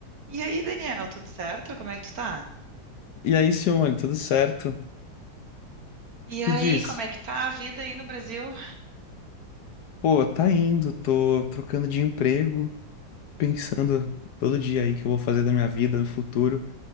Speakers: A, on the right; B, on the left.
A: E aí, Daniel, tudo certo? Como é que tu tá?
B: E aí, Simone, tudo certo? O
A: E
B: que que
A: aí,
B: diz?
A: como é que tá a vida aí no Brasil?
B: Pô, tá indo, tô trocando de emprego, pensando todo dia aí que eu vou fazer da minha vida no futuro.